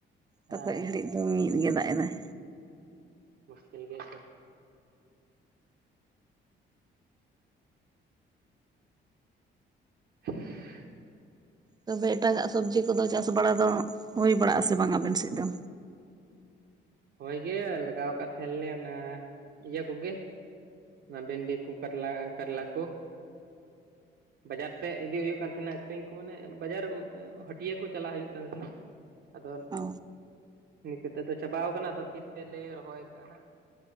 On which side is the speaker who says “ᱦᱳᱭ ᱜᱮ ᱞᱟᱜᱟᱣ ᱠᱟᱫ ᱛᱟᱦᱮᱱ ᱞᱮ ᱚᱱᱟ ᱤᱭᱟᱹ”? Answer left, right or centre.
Right